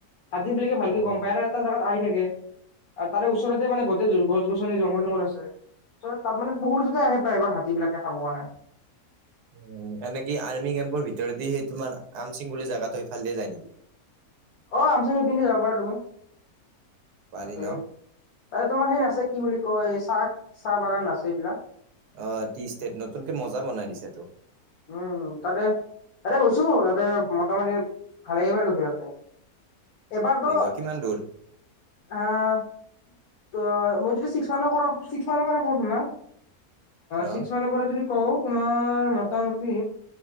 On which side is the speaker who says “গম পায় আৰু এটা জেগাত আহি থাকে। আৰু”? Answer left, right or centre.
Left